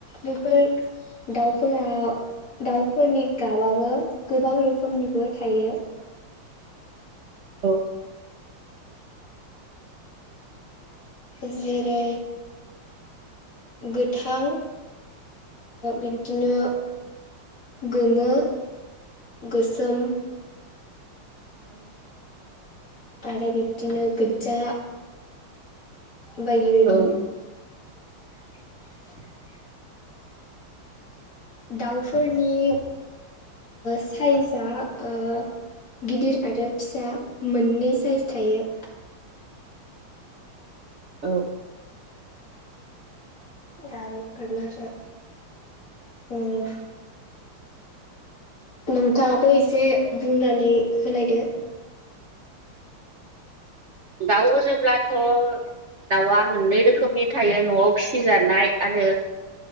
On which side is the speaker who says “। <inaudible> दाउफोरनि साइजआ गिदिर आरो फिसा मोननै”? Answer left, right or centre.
Left